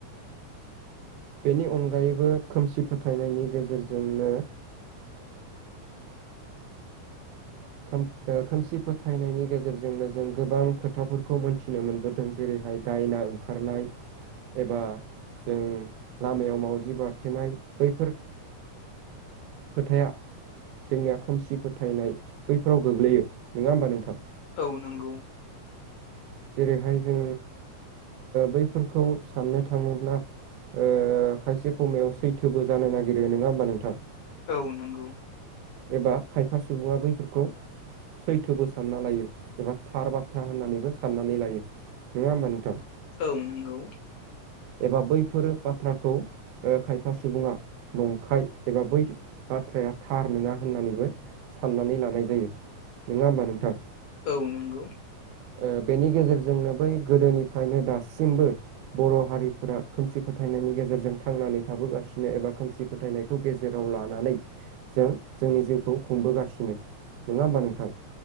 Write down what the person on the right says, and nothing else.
बेनि अनगायैबो खोमसि फोथायनायनि गेजेरजोंनो ओम खोमसि फोथायनायनि गेजेरजोंनो जों गोबां खोथाफोरखौ मोनथिनो मोनबोदों हादों जेरैहाय दायना ओंखारनाय एबा जों लामायाव मावजि बारथेनाय बैफोर खोथाया जोंनिया खोमसि फोथायनाय बैफोराव गोग्लैयो नङा होमबा नोंथां।
जेरैहाय जों बैफोरखौ साननो थाङोब्ला। खायसे समायाव सैथोबो जानो नागिरो नङा होमबा नोंथां।
एबा खायफा सुबुङा बैफोरखौ सैथोबो सानना लायो एबा थार बाथ्रा होननानैबो। साननानै लायो नङा होमबा नोंथां।
एबा बैफोरो बाथ्राखौ खायफा सुबुङा नंखाय एबा बै बाथ्राया थार नङा होननानैबो। साननानै लानाय जायो नङा होमबा नोंथां
ओ बेनि गेजेरजोंनो बै गोदोनिफ्रायनो दासिमबो बर' हारिफोरा खोमसि फोथायनायनि गेजेरजों थांनानै थाबोगासिनो एबा खोमसि फोथायनायखौ गेजेराव लानानै जों जोंनि जिउखौ खुंबोगासिनो नङा होमबा नोंथां